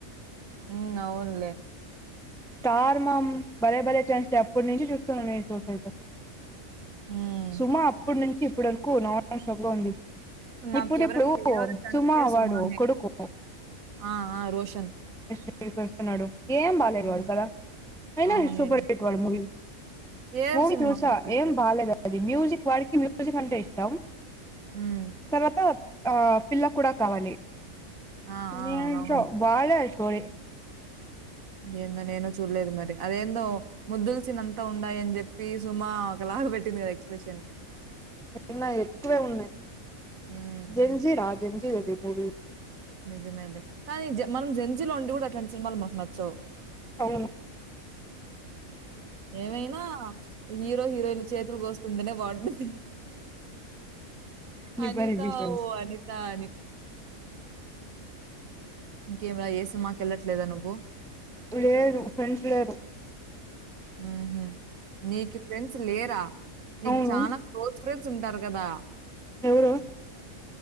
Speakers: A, on the right (about 75°); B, in the centre.
A: ఉ అవునులే
B: స్టార్ మామ్ భలే భలే ఛాన్స్ ఎప్పటి నుంచి చూస్తున్నాను నేను షోస్ అయితే.
A: హ్మ్.
B: సుమ అప్పడు నుంచి ఇప్పటి వరకు నాన్ స్టాప్ గా ఉంది.
A: నాకెవరైనా
B: ఇప్పుడు ఇప్పుడు
A: ఫేవరెట్ అంటే
B: సుమా
A: సుమానే.
B: వాడు కొడుకు
A: ఆ ఆ రోషన్
B: తీసేస్తూన్నాడు ఏం బాగాలేడు
A: హ్మ్.
B: వాడు కదా, అయినా
A: అవును.
B: సూపర్ హిట్ వాడు మూవీ
A: ఏ
B: మూవీ
A: సినిమా
B: చూసా
A: ఫేవరెట్?
B: ఏం బాలేదు అద్ మ్యూజిక్ వాడికి మ్యూజిక్ అంటే ఇష్టం
A: హ్మ్.
B: తర్వాత ఆ పిల్ల కూడా కావాలి
A: ఆ! ఆ!
B: దేంట్లో
A: అవును.
B: వాళ్లే కోయ్
A: ఏందో నేను చూడలేదు మరి అదేందో ముద్దులసినంత ఉండయని చెప్పి సుమా అక్ ఒకలాగ పెట్టింది కదా ఎక్స్ప్రెషను
B: ఉన్నాయ్ ఎక్కువే ఉన్నాయ్
A: హ్మ్.
B: జెన్ జీరా జెన్ జీది మూవి.
A: నిజమే లే కానీ మనం జెన్ జిలో ఉండి కూడా అట్లాంటి సినిమాలు మనకు నచ్చవ్.
B: అవును
A: ఏమైనా హీరో హీరోయిన్లు చేతులు కోసుకుంటేనే బాగుంటుంది.
B: నీ
A: అనిత
B: పేరేంటి ఫ్రెండ్స్
A: ఓ అనిత అని ఇంకేం రా ఏ సినిమాకి యెళ్లట్లేదా నువ్వు
B: లేరదు ఫ్రెండ్సు లేరు
A: ఉ హు నీకు ఫ్రెండ్స్ లేరా నీకు
B: అవును
A: చాలా క్లోజ్ ఫ్రెండ్స్ డ్స్ ఉంటారు కదా
B: ఎవరు